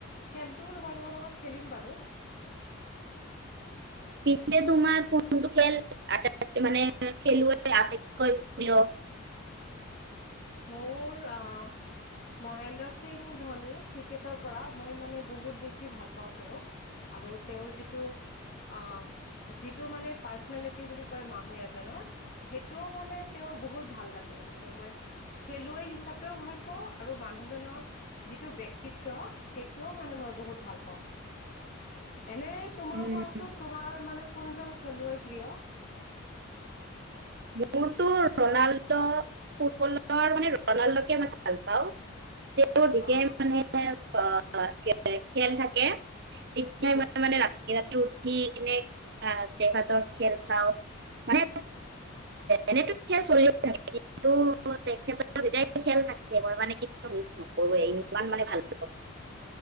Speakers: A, on the left (about 40°); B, on the right (about 50°).
A: খেলটোও তোমালোকৰ লগত খেলিম বাৰু।
B: পিছে তোমাৰ কোনটো খেল আটাইতকৈ মানে খেলুৱৈ আটাইতকৈ প্ৰিয়?
A: মোৰ অহ মহেন্দ্ৰ সিং ধোনী ক্ৰিকেটৰ পৰা মই মানে বহুত বেছি ভাল পাওঁ তেওঁক আৰু তেওঁৰ যিটো অহ যিটো মানে পাৰ্চনেলিটি বুলি কয় মানুহ এজনৰ সেই টো মানে তেওঁৰ বহুত ভাল লাগে। <unintelligible> খেলুৱৈ হিচাপেও ভাল পাওঁ আৰু মানুহজনৰ যিটো ব্যক্তিত্ব সেইটোও মানে মই বহুত ভাল পাওঁ। এনে তোমাৰ
B: উম,
A: কোৱাচোন তোমাৰ মানে কোনজন খেলুৱৈ প্ৰিয়?
B: মোৰটো ৰনাল্ডো ফুটবলৰ মান ৰনাল্ডো কে মই ভাল পাওঁ। তেওঁ যেতিয়াই
A: অ'।
B: মানে অ' খেল থাকে। <unintelligible> মানে
A: উম,
B: মানে ৰাতি ৰাতি <unintelligible> <unintelligible> খেল চাওঁ, মানে এনেতো খেল চলিয়েই থাকে, কিন্তু তেখেতৰ যেতিয়া খেল থাকে মই মানে কেতিয়াও মিছ নকৰোৱে ইমান মানে ভাল পাওঁ।